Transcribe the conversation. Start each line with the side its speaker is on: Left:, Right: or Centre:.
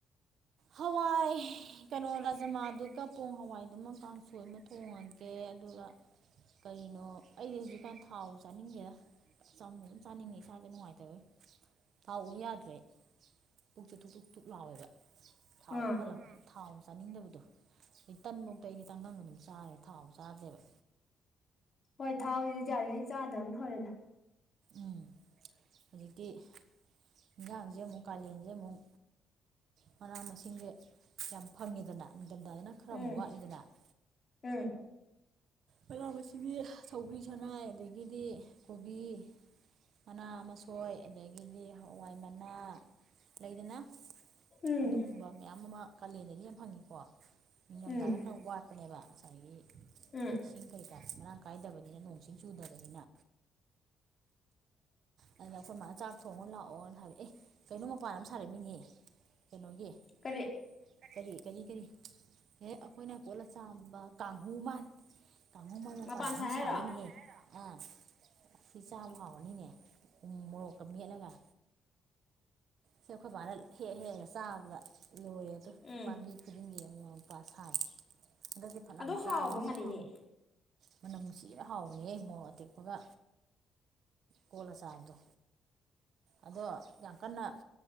Right: ꯍꯋꯥꯏ ꯀꯩꯅꯣ ꯔꯥꯖꯃꯥꯗꯨꯒ ꯄꯣꯡ ꯍꯋꯥꯏꯗꯨꯃ ꯀꯥꯡꯁꯣꯏ ꯑꯃ ꯊꯣꯡꯉꯒꯦ ꯑꯗꯨꯒ ꯀꯩꯅꯣ ꯑꯩꯗꯤ ꯍꯧꯖꯤꯛꯀꯥꯟ ꯊꯥꯎ ꯆꯥꯅꯤꯡꯒꯦꯗ ꯆꯅ ꯑꯗꯨꯝ ꯆꯥꯅꯤꯡꯉꯦ ꯏꯁꯥꯥꯁꯦ ꯅꯨꯡꯉꯥꯏꯇꯕ ꯇꯥꯎꯎ ꯌꯥꯗ꯭ꯔꯦ ꯄꯨꯛꯁꯨ ꯊꯨꯛ ꯇ ꯊꯛ ꯂꯥꯎꯋꯦꯕ ꯊꯥꯎ
Left: ꯑꯥ
Right: ꯄꯜꯂꯞ ꯊꯥꯎ ꯆꯥꯅꯤꯡꯗꯕꯗꯣ ꯑꯩ ꯇꯟꯃꯧꯛꯇ ꯑꯩꯗꯤ ꯆꯪꯈꯪꯗ ꯑꯗꯨꯝ ꯆꯥꯔꯦ ꯊꯥꯎ ꯆꯥꯗꯦꯕ
Left: ꯍꯣꯏ ꯊꯥꯎꯁꯤꯗꯤ ꯌꯥꯔꯤꯉꯩ ꯆꯥꯗꯕ ꯑꯃ ꯊꯔꯦꯗ
Right: ꯎꯝ ꯍꯧꯖꯤꯛꯇꯀꯤ ꯏꯟꯖꯥꯡꯁꯦ ꯑꯃꯨꯛ ꯀꯥꯂꯦꯟꯁꯦ ꯑꯃꯨꯛ ꯃꯅꯥ ꯃꯁꯤꯡꯁꯦ ꯌꯥꯝ ꯐꯪꯉꯦꯗꯅ ꯅꯤꯡꯊꯝꯊꯥꯗꯅ ꯈꯔ
Left: ꯎꯝ
Right: ꯑꯃꯨꯛ ꯋꯥꯠꯂꯤꯗꯅ <unintelligible>
Left: ꯎꯝ
Right: ꯃꯂꯥ ꯑꯁꯤꯗꯤ ꯁꯧꯕꯔꯤ ꯁꯅꯥꯏ ꯑꯗꯒꯤꯗꯤ ꯀꯣꯕꯤ ꯃꯅꯥ ꯑꯃꯁꯣꯏ ꯑꯗꯒꯤꯗꯤ ꯍꯋꯥꯏ ꯃꯅꯥ ꯂꯩꯗꯅ
Left: ꯎꯝ
Right: ꯑꯗꯨꯒꯨꯝꯕ ꯃꯌꯥꯝ ꯑꯃ ꯀꯥꯂꯦꯟꯗꯗꯤ ꯌꯥꯝ ꯐꯪꯉꯤꯀꯣ ꯅꯤꯡꯊꯝꯊꯥꯅ
Left: ꯎꯝ
Right: ꯈꯔ ꯋꯥꯠꯄꯅꯦꯕ ꯉꯁꯥꯏꯒꯤ
Left: ꯎꯝ
Right: ꯏꯁꯤꯡ ꯀꯔꯤꯀꯥ ꯃꯔꯥꯡ ꯀꯥꯏꯗꯕꯅꯤꯅ ꯅꯣꯡ ꯆꯤꯡ ꯆꯨꯗꯕꯅꯤꯅ ꯑꯗꯨꯅ ꯑꯩꯈꯣꯏ ꯃꯥꯅ ꯆꯥꯛ ꯊꯣꯡꯉ ꯂꯥꯛꯑꯣꯅ ꯍꯥꯏꯕꯗꯤ ꯑꯦ ꯀꯩꯅꯣ ꯃꯄꯥꯟ ꯑꯃ ꯁꯥꯔꯛꯃꯤꯅꯦꯍ ꯀꯩꯅꯣꯒꯤ
Left: ꯀꯔꯤ
Right: ꯀꯔꯤ ꯀꯔꯤ ꯀꯔꯤ ꯍꯦꯛ ꯑꯩꯈꯣꯏꯅ ꯄꯣꯠꯂ ꯆꯥꯝꯕ ꯀꯥꯡꯍꯨ ꯃꯥꯥꯟ ꯇꯥꯈꯨ ꯃꯣꯏ ꯃꯄꯥꯏ
Left: ꯃꯄꯥꯟ
Right: ꯑꯅꯤ
Left: ꯁꯥꯏ ꯍꯥꯏꯔꯣ
Right: ꯁꯥꯔꯤꯅꯤꯍꯦ ꯑꯥ ꯁꯤ ꯆꯥꯕ ꯍꯥꯎꯔꯅꯤꯅꯦ ꯎꯣ ꯀꯃꯤ ꯍ ꯂꯥꯛꯒ ꯁꯦ ꯑꯩꯈꯣꯏ ꯚꯥꯔꯠ ꯍꯦꯛ ꯍꯦꯛꯒ ꯆꯥꯕꯗ ꯂꯣꯏꯔꯦ ꯑꯗꯨ
Left: ꯎꯝ
Right: ꯄꯥꯝꯕꯤ ꯈꯨꯗꯤꯡꯒꯤꯕ ꯄꯥ ꯁꯥꯏ ꯍꯟꯗꯛꯗꯤ ꯐꯅ
Left: ꯑꯗꯣ
Right: ꯑꯃ
Left: ꯍꯥꯎꯕ
Right: ꯆꯥꯕꯁ
Left: ꯃꯥꯜꯂꯤꯅꯦ
Right: ꯃꯅꯝ ꯅꯨꯡꯁꯤꯔ ꯍꯥꯎꯏꯍꯦ ꯃꯣꯔꯣꯛ ꯑꯇꯦꯛꯄꯒ ꯀꯣꯜꯂ ꯆꯥꯕꯗꯣ ꯑꯗꯣ ꯌꯥꯝ ꯀꯟꯅ